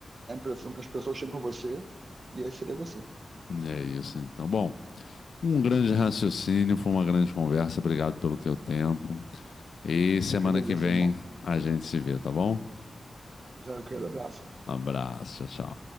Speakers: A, on the right; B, on the left.
A: a impressão que as pessoas têm por você e aí seria você.
B: E é isso, então. Bom, Um grande raciocínio, foi uma grande conversa. Obrigado pelo teu tempo. E semana
A: Eu que agradeço,
B: que vem
A: irmão.
B: a gente se vê, tá bom?
A: Já eu quero abraço.
B: Abraço, tchau.